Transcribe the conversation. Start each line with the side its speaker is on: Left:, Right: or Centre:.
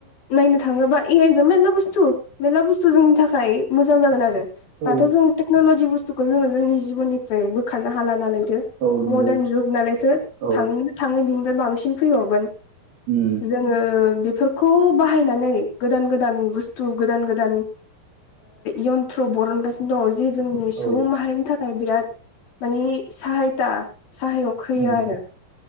Left: नायनो थांङोबा ए आइ जों मेल्ला बुस्थु मेर्ला बुस्थु जोंनि थाखाय मोजां जागोन आरो
Right: औ
Left: दाथ' जों टेक्न'ल'जि बुस्थुखौ जोंङो जोंनि जिबननिफ्राय बोखारनो हाला नालायदो
Right: औ नंगौ
Left: मदार्न जुग नालायथ'
Right: औ
Left: थाङै थाङै बिनिफ्राय बांसिन फैबावगोन
Right: उ
Left: जोंङो बेफोरखौ बाहायनानै गोदान गोदान बुस्थु गोदान गोदान यन थ्रु बररन गास दंङ जे जोंनि सुबुं
Right: औ
Left: माहारिनि थाखाय बिराद मानिे साहायथा साहाय' खैयो
Right: उम
Left: आरो